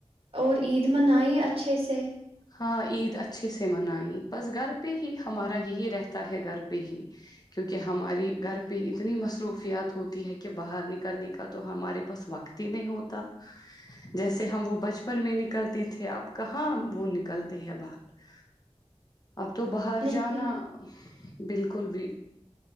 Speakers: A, on the right; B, on the left.
A: اور عید منائی اچھے سے <unintelligible>
B: ہاں عید اچھے سے منائی بس گھر پہ ہی ہمارا یہی رہتا ہے گھر پہ ہی کیونکہ ہماری گھر پہ اتنی مصروفیات ہوتی ہے کہ باہر نکلنے کا تو ہمارے پاس وقت ہی نہیں ہوتا جیسے ہم وہ بچپن م میں نکلتے تھے آپ کہاں وہ نک <unintelligible> نکلتے ہیں باہر <unintelligible> اب تو باہر
A: نہیں
B: جانا بالکل بھی